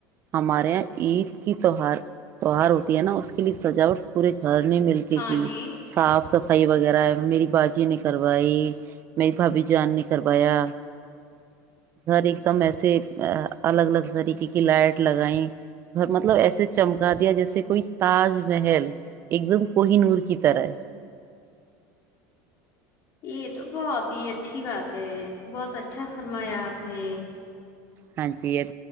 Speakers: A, on the right; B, on the left.
A: ہمارے یہاں عید کی توار تہوار ہوتی ہے نا اس کے لیے سجاوٹ پورے <unintelligible> گھر نے مل کے
B: ہاں
A: کی
B: جی
A: صاف صف <unintelligible> بھائی وغیرہ میری باجی نے کروائی میری بھبھی <unintelligible> جان نے کروایا گھر ایک دم ایسے الگ الگ طریقے کی لائٹ لگائ گھر مطلب ایسے چمکا دیا جیسے کوئی تاج محل ایک دم کوہی نور کی طرح <unintelligible>
B: یہ تو بہت ہی اچھی بات ہے بہت اچھا فرمایا آپ نے <unintelligible>
A: ہاں جی ایچ <unintelligible>